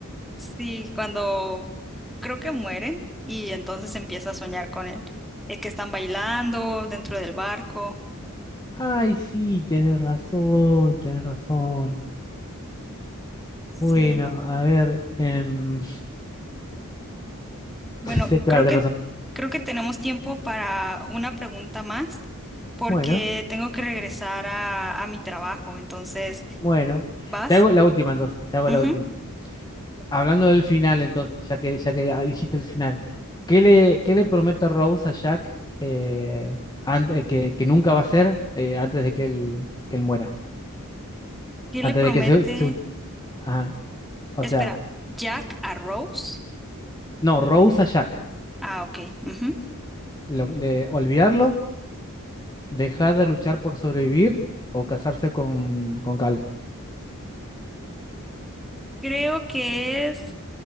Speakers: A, in the centre; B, on the left.
A: Sí, cuando creo que mueren y entonces empieza a soñar con él. El que están bailando dentro del barco.
B: Ay, sí, tenés razón, tenés razón.
A: Sí,
B: Bueno, a ver. em,
A: bueno,
B: <laughs> sí, claro,
A: creo
B: tenés
A: que
B: razón.
A: creo que tenemos tiempo para una pregunta más porque
B: Bueno,
A: tengo que regresar a, a mi trabajo. Entonces,
B: bueno.
A: ¿vas?
B: Te hago la última entonces, te hago
A: Ujú.
B: la última. Hablando del final entonces, ya que, ya que ah, dijiste el final, ¿qué le, qué le promete Rose a Jack eh, ante- que, que nunca va a ser eh, antes de que él, que él muera?
A: ¿Quién
B: Antes
A: le promete?
B: de que se... se- ajá. O sea,
A: Espera, Jack a Rose.
B: no, Rose a Jack.
A: Ah, ok. ujú.
B: Lo- le- olvidarlo dejar de luchar por sobrevivir o casarse con, con Cal.
A: Creo que es